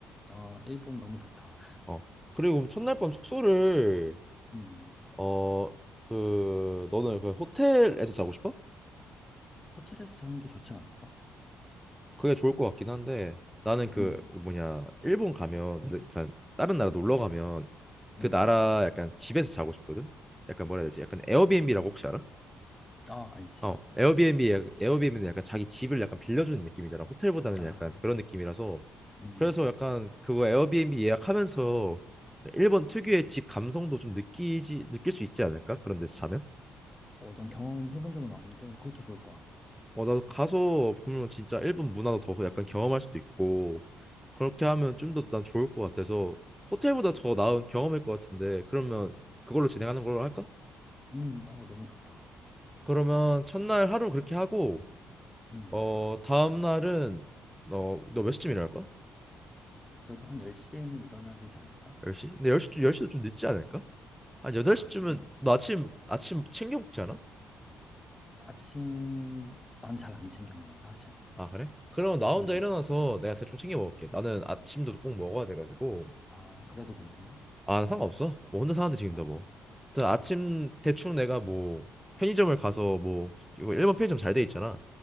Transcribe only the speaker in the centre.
어 그리고 그럼 첫날 밤 숙소를
어 그 너는 그 호텔에서 자고 싶어?
그게 좋을 것 같긴 한데 나는 그
뭐냐 일본 가면 그러니까 다른 나라 놀러 가면 그
나라 약간 집에서 자고 싶거든. 약간 뭐라 해야 되지? 약간 에어비앤비라고 혹시 알아?
어, 에어비앤비 약- 에어비앤비는 약간 자기 집을 약간 빌려주는 느낌이잖아. 호텔보다는
약간 그런 느낌이라서
그래서 약간 그거 에어비앤비 예약하면서 일본 특유의 집 감성도 좀 느끼지 느낄 수 있지 않을까? 그런 데서 자면?
어, 나도 가서 그러면 진짜 일본 문화도 더 약간 경험할 수도 있고 그렇게 하면 좀 더 난 좋을 것 같아서 호텔보다 더 나은 경험일 것 같은데 그러면 그걸로 진행하는 걸로 할까?
그러면 첫날 하루 그렇게 하고
어 다음 날은 너너몇 시쯤 일어날 거야?
10시? 근데 10시 쯤 열 시도 좀 늦지 않을까? 한 8시쯤은
너 아침 아침 챙겨 먹지 않아?
아 그래? 그럼 나 혼자
일어나서 내가 대충 챙겨 먹을게
나는 아침도 꼭 먹어야 돼가지고
아, 나 상관없어. 뭐 혼자 사는데 지금
다 뭐. 하여튼
아침
대충 내가 뭐 편의점을 가서 뭐 이거 일본 편의점 잘 돼 있잖아.